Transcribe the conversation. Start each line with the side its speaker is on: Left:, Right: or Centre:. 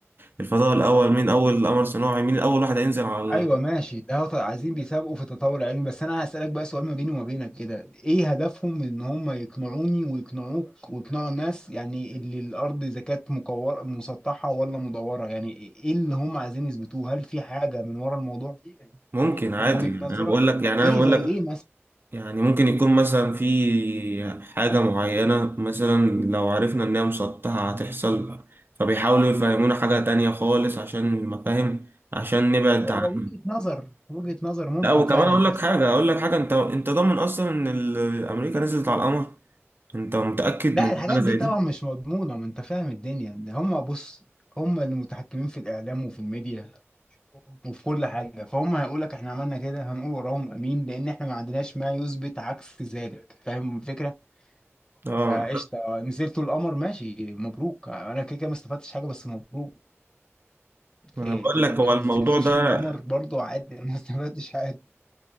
Right: الفضاء الأول مين أول قمر صناعي مين أول واحد هينزل على
Left: ايوه ماشي ده هو عايزين بيسابقوا في التطور العلمي بس انا هسألك بقى سؤال ما بيني وما بينك كده ايه هدفهم من ان هم يقنعوني ويقنعوك ويقنعوا الناس يعني اللي الارض اذا كانت مكورة مسطحة ولا مدورة يعني ايه اللي هم عايزين يثبتوه هل في حاجة من ورا الموضوع
Right: ممكن عادي
Left: من وجهة
Right: يعني
Left: نظرك
Right: انا بقول لك يعني
Left: ايه
Right: انا بقول
Left: زي
Right: لك
Left: ايه مثلا
Right: يعني ممكن يكون مثلا في حاجة معينة مثلا لو عرفنا ان هي مسطحة هتحصل فبيحاولوا يفهمونا حاجة تانية خالص عشان مفاهيم عشان نبعد
Left: هو
Right: عنها
Left: وجهة نظر وجهة نظر ممكن
Right: لا وكمان
Left: فعلا
Right: اقول لك
Left: بس
Right: حاجة اقول لك حاجة انت انت ضامن اصلا ان ال- امريكا نزلت على القمر انت متأكد من
Left: لا الحاجات
Right: حاجة زي
Left: دي طبعا
Right: دي
Left: مش مضمونة ما انت فاهم الدنيا ده هم بص هم اللي متحكمين في الاعلام وفي الميديا وفي كل حاجه فهم هيقول لك احنا عملنا كده هنقول وراهم امين لان احنا ما عندناش ما يثبت عكس ذلك فاهم الفكره
Right: اه
Left: فقشطه آه، نزلتوا القمر ماشي مبروك انا كده كده ما استفدتش حاجه بس مبروك
Right: انا
Left: إيه،
Right: بقول
Left: ما
Right: لك هو الموضوع
Left: نزلتوش
Right: ده
Left: القمر برضو عادي أنا ما استفدتش حاجه